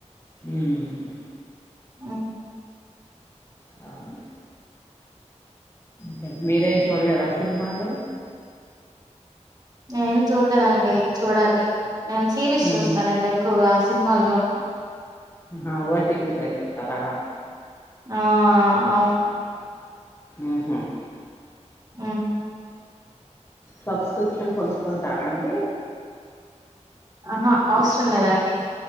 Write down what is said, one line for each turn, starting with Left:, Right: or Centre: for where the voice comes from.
Left: ఉమ్
Right: ఆ
Left: అవును కటు మీరేం చూడలేదా సినిమాలు
Right: నేన్ చూడలేదండి చూడాలి ఇంకా నేను సిరీస్
Left: ఉమ్
Right: చూస్తానండి ఎక్కువగా సినిమాలు చూన్ను.
Left: ఆ ఓటిటిలు అవి చూస్తారా
Right: ఆ అవుకా
Left: ఉహో
Right: ఆ
Left: సబ్స్క్రిప్షన్ కొనుక్కుంటారా అండి
Right: ఆహా అవసరం లేదండి